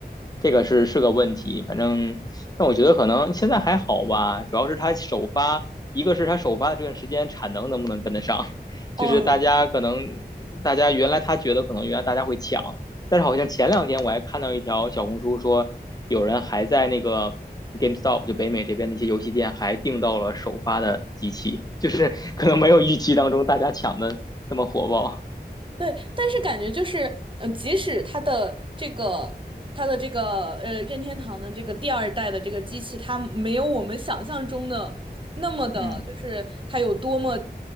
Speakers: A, on the left; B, on the right.
A: 这个是是个问题，反正，但我觉得可能现在还好吧，主要是他首发，一个是他首发的这段时间产能能不能跟得上，
B: 嗯，
A: 就是大家可能大家原来他觉得可能原来大家会抢，但是好像前两天我还看到一条小红书说，有人还在那个 GameStop 就北美这边的一些游戏店还订到了首发的机器，就是 <laughs> 可能没有预期当中大家抢的那么火爆，
B: 对，但是感觉就是，嗯，即使它的这个它的这个呃任天堂的这个第二代的这个机器，它没有我们想象中的那么的，
A: 嗯，
B: 就是它有多么，